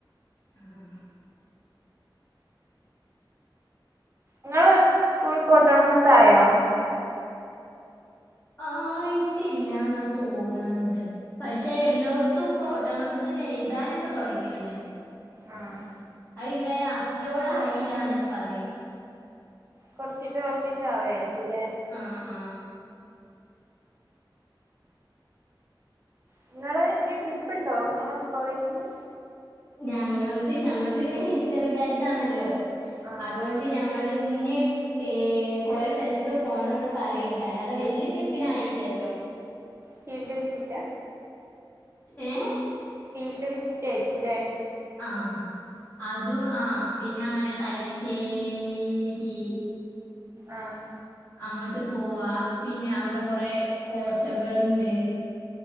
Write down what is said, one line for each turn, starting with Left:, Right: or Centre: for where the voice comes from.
Left: ആഹ്
Right: ങ്ങെളെ സ്കൂള്പ്പോ ഓട്ടോണോമസ് ആയോ
Left: അഹ് ആയിട്ടില്ലാന്ന തോന്ന്ണത് പക്ഷെ എല്ലോട്ത്തുപ്പോ ഓട്ടോണമസെന്നെ എഴുതാനൊക്കെ തുടങ്ങിണ്
Right: ആഹ്
Left: അഹ് ഇങ്ങനെ അപ്ലോട് ആയില്ലാന്നിട്ട് പറയ്ണ്ട്
Right: കൊർച്ചീച്ച കൊർച്ചീച്ച ആവായിരിക്കുല്ലേ
Left: ആഹ് ആഹ്
Right: നിങ്ങള് ഇനി ട്രിപ്പ് ണ്ടോ ങ്ങളെ കോളേജ്ന്ന്
Left: ഞങ്ങൾത് ഞങ്ങൾത് പിന്നെ ഹിസ്റ്ററി ബാച്ചാണല്ലോ
Right: ആഹ്
Left: അതോ ണ്ട് ഞങ്ങള് ന്നെ ഏഹ് കൊറെ സെൽത്ത്ക്ക് പോണന്ന് പറയിണ്ട് അല്ലാതെ വെല്ല്യ ട്രിപ്പിനായില്ലല്ലോ
Right: ഫീൽഡ് വിസിറ്റ
Left: ഏഹ്
Right: ഫീൽഡ് വിസിറ്റ് ആയിരിക്കൂല്ലേ.
Left: ആഹ് അതും ആഹ് പിന്നെ അങ്ങനെ തലശ്ശേരി
Right: ആഹ്.
Left: അങ്ങട്ട് പോവാ. പിന്നെ അവിടെ കൊറെ കോട്ടകള്ണ്ട്.